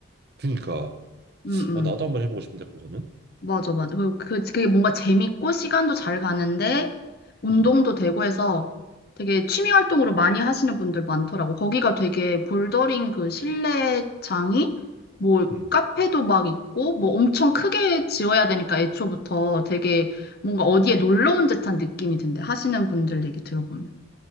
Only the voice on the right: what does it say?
그니까
어 나도 한번 해보고 싶은데 그거는
음,
음,